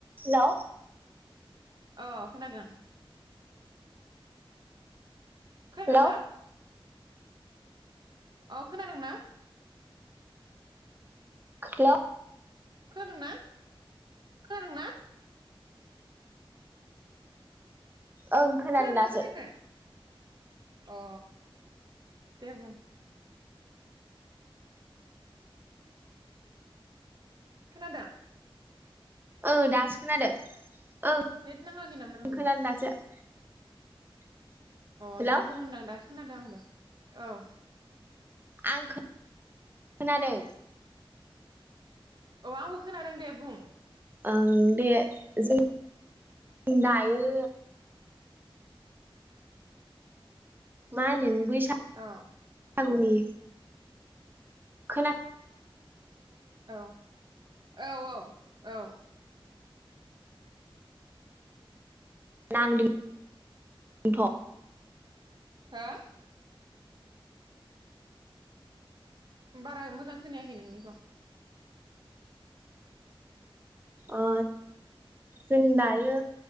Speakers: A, on the right; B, on the right.
A: Hello
B: ओ खोनादों खोनादोंना?
A: hello
B: अ खोनादोंना?
A: हेलौ
B: खोनादोंना? खोनादोंना?
A: ओं खोनादों
B: खोनादोंना
A: दासो
B: खोनायाखै अ दे बुं खोनादों
A: ओ दासो खोनादों ओं
B: नेट नाङाखै नामा नोंना
A: खोनादों <unintelligible>
B: अ
A: हेलौ
B: दे बुं होनदां दासो खोनादों आंबो औ
A: आं खो नादों
B: औ आंबो खोनादों दे बुं
A: ओं दे जों दायो मा होनो बै
B: औ
A: सागुनि खोना
B: औ औ औ औ
A: नांदों थ'
B: हो? बारा मोजां खोनायाखै नोंनिखौ
A: अ जों दायो